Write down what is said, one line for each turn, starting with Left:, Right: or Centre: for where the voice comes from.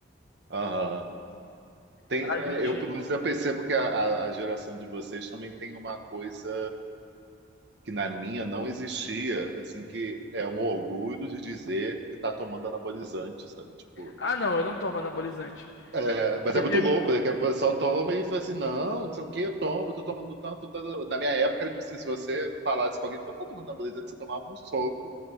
Right: aham. Tem,
Left: A
Right: é,
Left: gente.
Right: eu, mas eu percebo que a, a- a geração de vocês também tem uma coisa que na minha não existia, assim, que é um orgulho de dizer que está tomando anabolizante, sabe? Tipo,
Left: Ah, não, eu não tomo anabolizante.
Right: é, mas
Left: Porque.
Right: é muito louco, né? Que o pessoal toma e fala assim, não, não sei o que, eu tomo, eu tô tomando tanto, tanto. Na minha época, era tipo assim, se você falasse com alguém, eu tô tomando anabolizante, você tomava um soco.